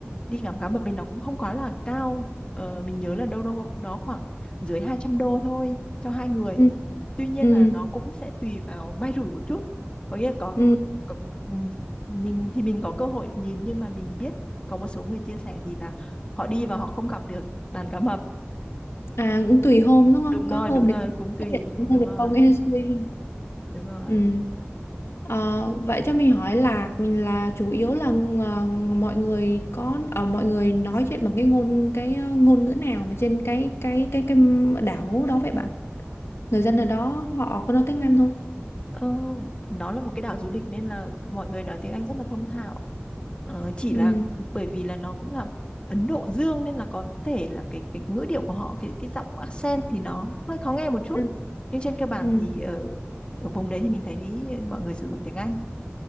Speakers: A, on the left (about 25°); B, on the left (about 75°).
A: đi ngắm cá mập mình nó cũng không quá là cao ờ, mình nhớ là đâu đâu đó khoảng dưới 200 đô thôi cho hai người
B: Ừ,
A: tuy nhiên
B: ừ,
A: là nó cũng sẽ tùy vào may rủi một chút có nghĩa là có,
B: ừ.
A: có ừm, mình thì mình có cơ hội được nhìn nhưng mà mình biết có một số người chia sẻ thì là họ đi và họ không gặp được đàn cá mập
B: À cũng tùy hôm đúng không?
A: đúng rồi
B: Có hôm
A: đúng rồi
B: thì có
A: cũng tùy
B: xuất hiện, có
A: đúng
B: hôm thì
A: rồi
B: không Ê, suy.
A: đúng rồi
B: Ừ. Ờ, vậy cho mình hỏi là là chủ yếu là ờ, mọi người có ở mọi người nói chuyện bằng cái ngôn cái ờ, ngôn ngữ nào mà trên cái cái cái cái đảo đó vậy bạn? người dân ở đó họ có nói tiếng Anh không
A: Ờ, nó là một cái đảo du lịch nên là mọi người nói tiếng Anh rất là thông thạo. Ờ, chỉ
B: ừ
A: là bởi vì là nó cũng là Ấn Độ Dương nên là có thể là cái cái ngữ điệu của họ cái cái giọng accent thì nó hơi khó nghe một chút.
B: ừ
A: Nhưng trên cơ bản
B: ừ
A: thì ở ở vùng đấy thì mình thấy mọi người sử dụng tiếng Anh.